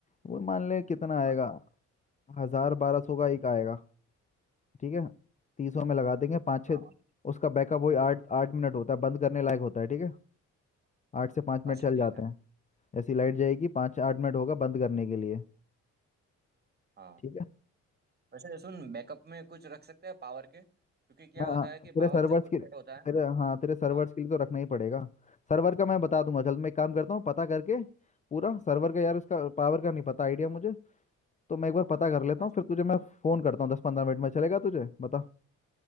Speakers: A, on the left; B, on the right.
A: वो मान ले कितना आएगा
B: हाँ
A: हजार बारह सौ का एक आएगा ठीक है तीसों में लगा देंगे पाँच छः
B: हाँ,
A: उसका बैकअप वही आठ आठ मिनट होता है बंद करने लायक होता है ठीक है आठ से पाँच मिनट
B: अच्छा
A: चल जाते
B: ठीक है
A: हैं ऐसी लाइट जाएगी पाँच आठ मिनट होगा बंद करने के लिए
B: हाँ
A: ठीक है
B: वैसे सुन बैकअप में कुछ रख सकते हैं पावर के क्योंकि क्या
A: हाँ,
B: होता है कि
A: तेरे
B: पावर
A: सर्वर्स
B: जब
A: के
B: कट होता है
A: तेरे
B: ना
A: हाँ तेरे सर्वर्स
B: हाँ
A: के लिए तो रखना ही पड़ेगा सर्वर का मैं बता दूंगा चल मैं एक काम करता हूँ पता करके पूरा सर्वर का यार उसका पावर का नहीं पता आइडिया मुझे तो मैं एक बार पता कर लेता
B: अच्छा
A: हूँ फिर तुझे मैं फ़ोन करता हूँ दस पंद्रह मिनट में चलेगा तुझे बता